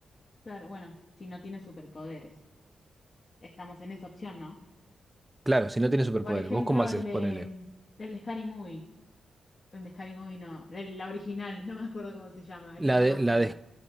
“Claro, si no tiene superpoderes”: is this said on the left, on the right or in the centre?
Right